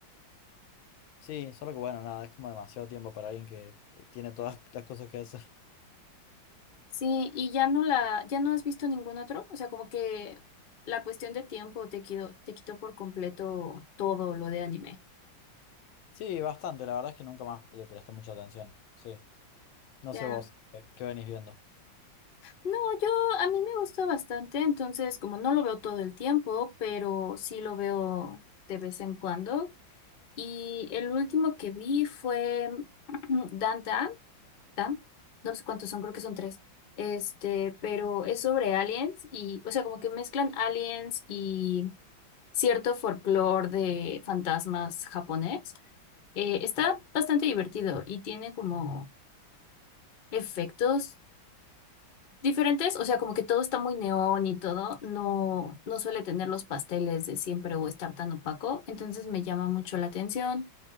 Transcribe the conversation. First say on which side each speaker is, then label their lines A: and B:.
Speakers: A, on the left; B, on the left.
A: Sí, solo que bueno, nada, es como demasiado tiempo para alguien que t- tiene todas <laughs> las cosas que hacer.
B: Sí, y ya no la, ya no has visto ningún otro. O sea, como que la cuestión de tiempo te quitó, te quitó por completo todo lo de anime.
A: Sí, bastante, la verdad es que nunca más le presté mucha atención, sí. No
B: Ya.
A: sé vos, eh, ¿qué venís viendo?
B: No, yo, a mí me gusta bastante, entonces como no lo veo todo el tiempo, pero sí lo veo de vez en cuando Y el último que vi fue <clears throat> Dan Dan, Dan, no sé cuántos son, creo que son tres. Este, pero es sobre aliens y, o sea, como que mezclan aliens y cierto folclore de fantasmas japonés. Eh, está bastante divertido y tiene como efectos diferentes, o sea, como que todo está muy neón y todo, no, no suele tener los pasteles de siempre o estar tan opaco, entonces me llama mucho la atención.